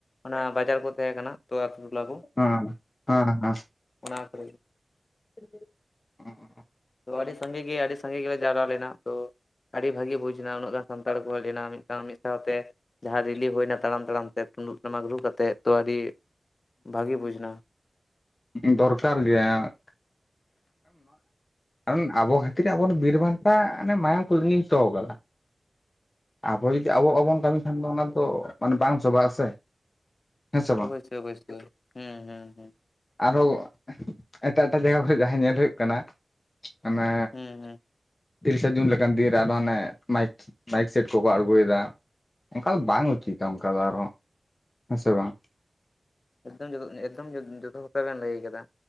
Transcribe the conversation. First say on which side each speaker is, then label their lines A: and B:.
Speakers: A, on the left; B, on the left.
A: ᱚᱱᱟ ᱵᱟᱡᱟᱨ ᱠᱚ ᱛᱟᱦᱮᱸ ᱠᱟᱱᱟ ᱛᱚ ᱟᱹᱛᱩ ᱴᱚᱞᱟ ᱠᱚ
B: ᱦᱮᱸ ᱦᱮᱸ
A: ᱚᱱᱟ ᱠᱚ ᱨᱮ
B: <inaudible>
A: ᱛᱚ ᱟᱹᱰᱤ ᱥᱟᱸᱜᱮ ᱜᱮ ᱟᱹᱰᱤ ᱥᱟᱸᱜᱮ ᱜᱮᱞᱮ ᱡᱟᱣᱨᱟ ᱞᱮᱱᱟ ᱛᱚ᱾ ᱟᱹᱰᱤ ᱵᱷᱟᱜᱤ ᱵᱩᱡᱽᱮᱱᱟ ᱩᱱᱟᱹᱜ ᱜᱟᱱ ᱥᱟᱱᱛᱟᱲ ᱠᱚ ᱦᱮᱡ ᱞᱮᱱᱟ ᱢᱤᱫᱴᱟᱝ ᱢᱤᱫ ᱥᱟᱶᱛᱮ᱾ ᱡᱟᱦᱟᱸ ᱨᱤᱞᱤ ᱦᱩᱭᱱᱟ ᱛᱟᱲᱟᱢ ᱛᱟᱲᱟᱢ ᱛᱮ ᱛᱩᱢᱫᱟᱹᱜ ᱴᱟᱢᱟᱠ ᱨᱩ ᱠᱟᱛᱮᱫ ᱛᱚ ᱟᱹᱰᱤ ᱵᱷᱟᱜᱤ ᱵᱩᱡᱽ ᱮᱱᱟ᱾
B: ᱫᱚᱨᱠᱟᱨ ᱜᱮᱭᱟᱼᱼᱼ ᱟᱵᱳ ᱠᱟᱨᱚᱱ ᱟᱵᱚ ᱠᱷᱟᱹᱛᱤᱨ ᱟᱵᱚ ᱵᱤᱨ ᱵᱟᱱᱴᱟ ᱦᱟᱱᱮ ᱢᱟᱭᱟᱢ ᱠᱚ ᱞᱤᱸᱜᱤᱧ ᱦᱚᱴᱚ ᱟᱠᱟᱫᱟ᱾ ᱟᱵᱚ ᱡᱩᱫᱤ ᱟᱵᱚ ᱵᱟᱵᱚᱱ ᱠᱟᱹᱢᱤ ᱠᱷᱟᱱ ᱫᱚ ᱚᱱᱟ ᱫᱚ ᱢᱟᱱᱮ ᱵᱟᱝ ᱥᱚᱵᱷᱟᱜᱼᱟ ᱥᱮ ᱦᱮᱸ ᱥᱮ ᱵᱟᱝ᱾
A: ᱚᱫᱚᱥᱳ ᱦᱮᱸ ᱦᱮᱸ ᱦᱮᱸ
B: ᱟᱨᱦᱚᱸ ᱮᱴᱟᱜ ᱮᱴᱟᱜ ᱡᱟᱭᱜᱟ ᱠᱚᱨᱮ ᱡᱟᱦᱟ ᱧᱮᱞ ᱦᱩᱭᱩᱜ ᱠᱟᱱᱟ᱾ ᱢᱟᱱᱮ
A: ᱦᱩᱸ ᱦᱩᱸ
B: ᱛᱤᱨᱤ ᱥᱟ ᱡᱩᱱ ᱞᱮᱠᱟᱱ ᱫᱤᱱ ᱨᱮ ᱟᱨ ᱦᱚᱸ ᱦᱟᱱᱮ ᱢᱟᱭᱤᱠ ᱢᱟᱭᱤᱠ ᱥᱮᱴ ᱠᱚᱠᱚ ᱟᱲᱜᱳ ᱭᱮᱫᱟ᱾ ᱚᱱᱠᱟ ᱫᱚ ᱵᱟᱝ ᱩᱪᱤᱛᱟ ᱚᱱᱠᱟ ᱫᱚ ᱟᱨ ᱦᱚᱸ ᱦᱮᱸ ᱥᱮ ᱵᱟᱝ᱾
A: ᱮᱠᱫᱚᱢ ᱮᱠᱫᱚᱢ <unintelligible> ᱵᱮᱱ ᱞᱟᱹᱭ ᱟᱠᱟᱫᱟ